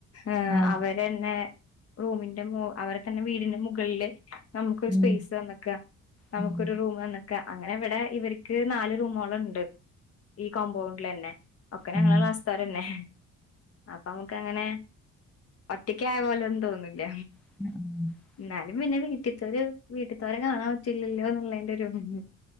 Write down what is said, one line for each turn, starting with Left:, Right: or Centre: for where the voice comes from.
Left: ഏഹ്
Centre: ആഹ്
Left: അവ രന്നെ റൂമിന്റെ മോ അവരെ തന്നെ വീടിന്റെ മുകളില് നമുക്കൊരു
Centre: ഉം
Left: സ്പേയ്സ് തന്നക്കാ നമുക്കൊരു
Centre: ഉം
Left: റൂമ് തന്നക്ക അങ്ങനെ ഇവിടെ ഇവർക്ക് നാല് റൂമോള്ണ്ട് ഈ കോമ്പൗണ്ടിലന്നെ ഒക്കെ
Centre: ഉം
Left: ഞങ്ങളെ
Centre: ആഹ്
Left: ക്ലാസ്സ്ത്തോരന്നെ അപ്പൊ അമ്മക്ക് അങ്ങനെ ഒറ്റക്കായ പോലെയൊന്നും തോന്നില്ല
Centre: ഉം
Left: ഇന്നാലും പിന്നെ വീട്ടിത്തോര് വീട്ടിത്തോരെ കാണാൻ പറ്റില്ലല്ലോ എന്നുള്ളേന്റെ ഒരു ഇതൊ